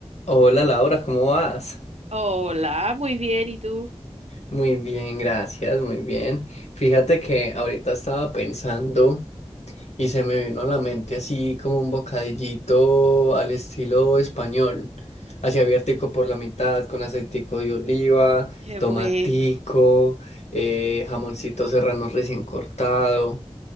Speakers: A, on the left; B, on the right.
A: Hola Laura, ¿cómo vas?
B: Hola, muy bien, ¿y tú?
A: Muy bien, gracias, muy bien. Fíjate que ahorita estaba pensando y se me vino a la mente así como un bocadillito al estilo español, así abiertico por la mitad, con aceitico de oliva,
B: Qué
A: tomatico,
B: bueno.
A: eh, jamoncito serrano recién cortado.